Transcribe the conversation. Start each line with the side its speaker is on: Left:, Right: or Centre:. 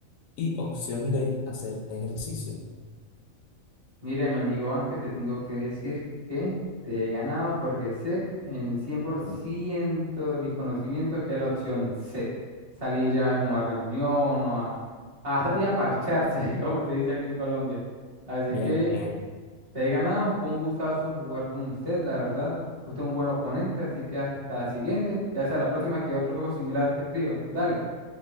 Left: Y opción D, hacer ejercicio.
Right: Mire, mi amigo Ángel, te tengo que decir que te he ganado porque sé en el 100% de mis conocimientos que es la opción C. Salir a como a reunión o a, a salir a parcharse, <laughs> como se dice aquí en Colombia. Así
Left: Bien,
Right: que...
Left: bien.
Right: Te he ganado, fue un gustazo jugar con usted, la verdad. Usted es un buen oponente, así que hasta la siguiente. Ya sea la próxima que otro juego similar te escribo. Dale,